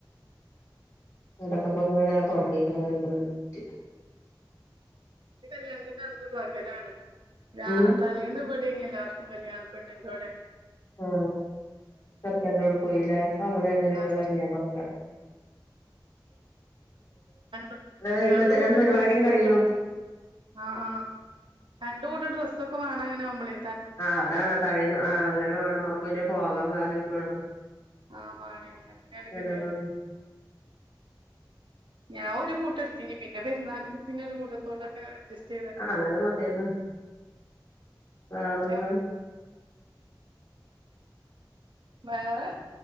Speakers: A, on the left; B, on the right.
A: എവിടൊക്കെ പോകുവാനാ തുടങ്ങീക്കണ് ഓരോ ഹിമാറ്കള് <unintelligible>
B: ഇത് കല്യാണത്തിന്റെ അന്ന് പകലാണ്. ഞാ
A: ഉം
B: തലേന്നും ഇവിടെനല്ലേ എല്ലാവർക്കും കല്യാണ പെണ്ണിൻ്റൊടെ
A: ആഹ് ചെറുക്കൻ്റാടെ പോയില്ലെ ഇപ്പം അങ്ങനാണ് ഒരു
B: ആഹ്
A: വിധം
B: ചെർ
A: കല്യാണം ഒക്കെ
B: രണ്ട്
A: അയ്മെതന്നെ
B: രണ്ട് കൂട്ടം
A: പരിപാടിയും
B: ഡ്രസ്സൊക്കെ
A: കഴിയും
B: എടുത്തു ആഹ് ആഹ് രണ്ട് കൂട്ടം ഡ്രസ്സൊക്കെ വാങ്ങണെനോ നമ്മള്
A: ആ അതാണോ തലേന്ന് ആഹ് അങ്ങനെ വേണം അപ്പ പിന്നെ പോകാൻ വേറയും വേണം
B: ആഹ് മാണേ അങ്ങനെയാണ്
A: ചെലവാണ്
B: ഗതികേട് ഞാൻ ഒരു കൂട്ടം എടുത്തിന് പിന്നെ പെരുന്നാക്ക് എടുത്തീനി ഒരു കൂട്ടത്തോടൊക്കെ അഡ്ജസ്റ്റ് ചെയ്ത്
A: ആ അങ്ങനെ
B: പോയി
A: മതിയല്ലോ വേറെന്താ
B: പക്ഷെ വേറെ